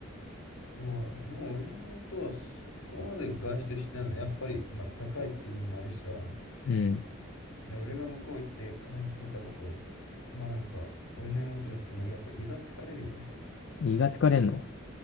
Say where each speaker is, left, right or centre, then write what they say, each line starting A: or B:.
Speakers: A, on the left; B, on the left.
A: う、そうだね。でも俺のことはそこまで外出してないのは、やっぱり、まあ高いっていうのもあるしさ、
B: うん。
A: ね、俺が向こう行って感じてたこと、まあなんか、俺の妹も言ってたのは、やっぱ胃が疲れるよね。
B: 胃が疲れんの